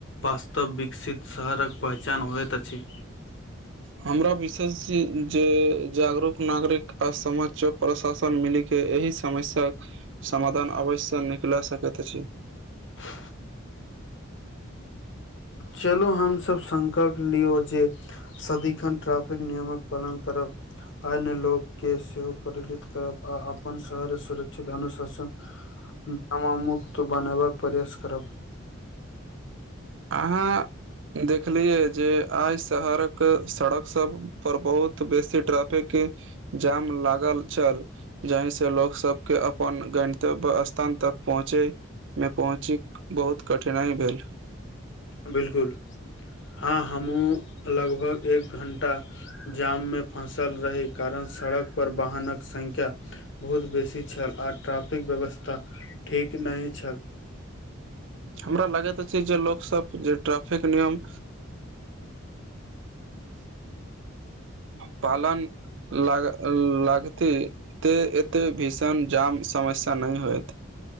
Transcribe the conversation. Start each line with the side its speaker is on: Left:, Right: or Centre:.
Left: वास्तव विकसित शहरक पहचान होइत अछि <inaudible>
Right: हमरा विशेषय जे जागरूक नागरिक आ समाज प्रशासन मिलि के एहि समस्याके समाधान अवश्य निकले सकैत अछि
Left: <inaudible> चलू हम सभ संकल्प लियौ जे सदिखन ट्रैफिक नियमक पालन करब अन्य लोक के सेहो प्रेरित करब आ अपन शहर सुरक्षित अनुशासन नामामुक्त बनेबाक प्रयास करब
Right: अहाँ देखलियए जे आइ शहरक सड़क सब पर बहुत बेसी ट्रैफिक के जाम लागल छल जहि से लोक सब के अपन गन्तव्य स्थान तक पहुँचे मे पहुँची बहुत कठिनाइ भइल
Left: बिलकुल हँ हमूँ लगभग एक घण्टा जाम मे फसल रही कारण सड़क पर वाहनक संख्या। बहुत बेसी छल आ ट्रैफिक व्यवस्था ठीक नहि छल
Right: हमरा लागैत अछि जे लोक सब जे ट्रैफिक नियम पालन <inaudible> लागल लागते ते एते भीषण जाम समस्या नहि होयत